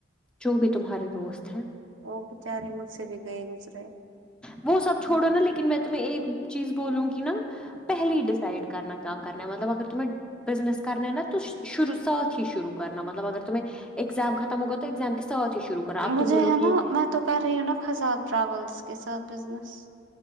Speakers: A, in the centre; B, on the right.
A: جو بھی تمہارے دوست ہیں
B: وہ بچارے مجھ سے بھی گئے گزرے
A: وہ سب چھوڑو نا لیکن میں تمہیں ایک چیز بولوں گی نا پہلی ڈس سائڈ کرنا کیااہ کرنا مطلب اگر تیں بزنس کرنا نا تو شروع ساتھ ہی شرو کرنا مطب اگر ت میںیں ایگزام ختم ہوا توگز کے سات ہی شروع کرا آپ
B: مجھے
A: تم بولو
B: ہے نا
A: گی
B: میں تو کر رہی ہوں نا خزاب ٹراولس کے ساتھ بزنس